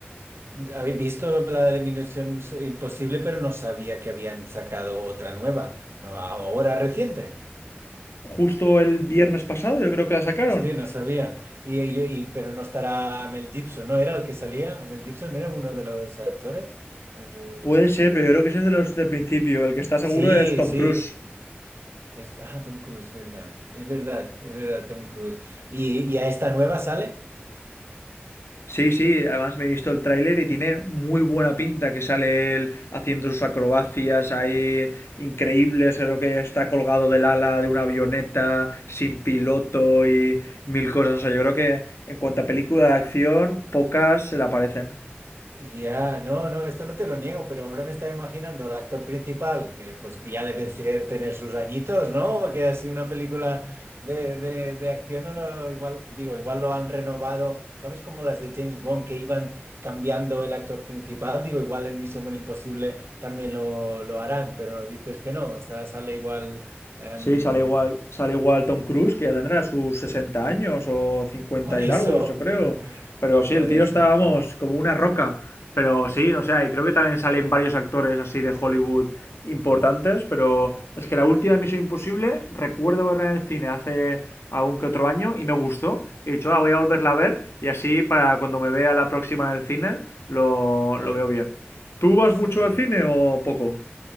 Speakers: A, on the right; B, on the left.
A: n- habéis visto la de Misión Imposible, pero no sabía que habían sacado otra nueva, ¿no? Ahora reciente.
B: Justo el viernes pasado, yo creo que la sacaron.
A: Hostia, no sabía. Y, y- y- pero no estará Mel Gibson, ¿no era el que salía? ¿Mel Gibson era uno de los actores? El,
B: Puede ser,
A: el-
B: pero yo creo que ese es de los del principio. El que está seguro
A: Sí,
B: es Tom
A: sí.
B: Cruise.
A: Es- Ah, Tom Cruise, verdad. Es verdad, es verdad, Tom Cruise. ¿Y, y a esta nueva sale?
B: Sí, sí, además me he visto el tráiler y tiene muy buena pinta que sale él haciendo sus acrobacias ahí increíbles, creo que está colgado del ala de una avioneta sin piloto y mil cosas. O sea, yo creo que en cuanto a película de acción, pocas se le aparecen.
A: Ya, no, no, esto no te lo niego, pero ahora me estaba imaginando al actor principal, que pues que ya debe ser tener sus añitos, ¿no? Que así una película de, de, de acción, no lo- igual, digo, igual lo han renovado, ¿sabes? Como las de James Bond que iban cambiando el actor principal, digo, igual en Misión Imposible también lo, lo harán, pero dices que no, esta sale igual em,
B: Sí, sale igual, sale igual Tom Cruise, que ya tendrá sus 60 años o cincuenta
A: por eso,
B: y largos, yo creo.
A: <laughs>
B: Pero sí,
A: por
B: el tío
A: eso.
B: está, vamos, como una roca. Pero sí,
A: Bueno,
B: no sé, y creo que también salen varios actores así de Hollywood importantes, pero es que la última Misión Imposible recuerdo verla en el cine hace algún que otro año y me gustó. He dicho, ah, voy a volverla a ver y así para cuando me vea la próxima en el cine lo,
A: eh,
B: lo veo bien. ¿Tú vas
A: sí.
B: mucho al cine o poco?